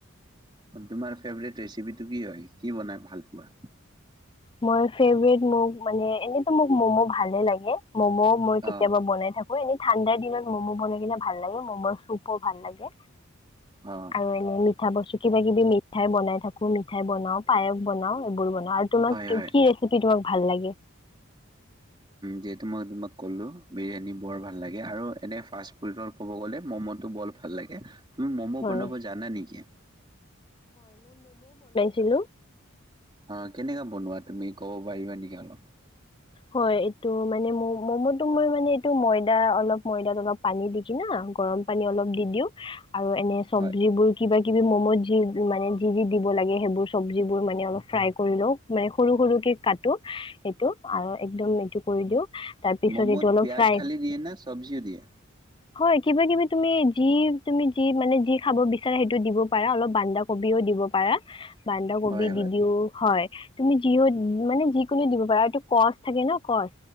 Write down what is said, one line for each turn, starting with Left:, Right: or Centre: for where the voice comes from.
Right: তোমাৰ ফেভৰেট ৰেচিপিটো কি হয় কি বনাই ভাল পোৱা
Left: মই ফেভৰেট মোক মানে এনে টো মোক মম ভালে লাগে মম' মই কেতিয়াবা
Right: অ'
Left: বনাই থাকো। হয় এনে ঠাণ্ডাৰ দিনত। ম'ম' বনাই কিনে ভাল লাগে ম'ম' চুপ ও ভাল লাগে।
Right: অ'
Left: আৰু এনে মিঠা বস্তু কিবা কিবি মি মিঠাই বনাই থাকো মিঠাই বনাও পায়স বনাও এইবোৰ বনাও আৰু তোমাক
Right: হয় হয়
Left: কি ৰেচিপি তোমাক ভাল লাগে
Right: যিহেতু মই তোমাক ক'লো বিৰিয়ানী বৰ ভাল লাগে আৰু এনে ফাষ্ট ফুডৰ ক'ব গ'লে ম'ম'টো বৰ ভাল লাগে তুমি ম'ম'
Left: হয়
Right: বনাব জানা নেকি।
Left: দিলো <unintelligible>
Right: অ কেনেকা বনোৱা তুমি কব পাৰিবা নেকি অলপ
Left: হয় এইটো মানে ম মমো টো মই মানে এইটো ময়দা অলপ ময়দা অলপ পানী দি কিনা গৰম পানী অলপ দি দিও আৰু এনে চবজি
Right: হয়,
Left: বোৰ কিবা কিবি ম'মো যি মানে যি যি দিব লাগে সেইবোৰ চবজিবোৰ মানে অলপ ফ্ৰাই কৰি লওঁ মানে সৰু সৰুকে‌ কাটো এইটো আৰু একদম এইটো কৰি দিওঁ তাৰপিছত
Right: ম'ম'ত
Left: এইটো অলপ
Right: পিয়াজ
Left: ফ্ৰাই
Right: খালি দিয়ে না চব্জিও দিয়ে?
Left: হয় কিবা কিবি তুমি যি তুমি যি মানে যি খাব বিচাৰা সেইটো দিব পাৰা অলপ বান্ধা কবিও দিব পাৰা বান্ধা কবিও
Right: হয় হয়,
Left: দি দিও হয় তুমি যি মানে যিও কোনে দিব <unintelligible> পাৰে আৰু এইটো। কচ থাকে নে কচ